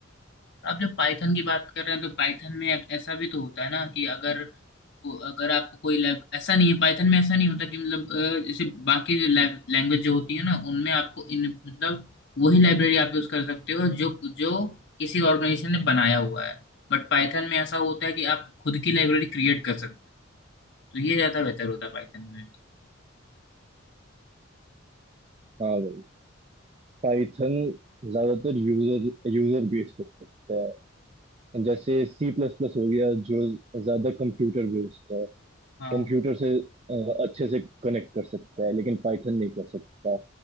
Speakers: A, on the left (about 60°); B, on the right (about 30°).
A: आप जब पाइथन की बात कर रहे हैं तो पाइथन में ऐसा भी तो होता है ना कि अगर को- अगर आपको कोई लैब ऐसा नहीं है पाइथन में ऐसा नहीं होता कि मतलब अ, जैसे बाकी जो लैंग्वेज जो होती है ना उनमें आपको इन मतलब वही लाइब्रेरी आप यूज कर सकते हो जो जो किसी ऑर्गेनाइजेशन ने बनाया हुआ है बट पाइथन में ऐसा होता है कि आप खुद की लाइब्रेरी क्रिएट कर सकते हो तो ये ज्यादा बेहतर होता है पाइथन में
B: हाँ भाई पाइथन ज्यादातर यूजर यूजर बेस्ड होता है जैसे सी प्लस प्लस हो गया जो ज्यादा कंप्यूटर बेस्ड है
A: हाँ
B: कंप्यूटर से अ, अच्छे से कनेक्ट कर सकता है लेकिन पाइथन नहीं कर सकता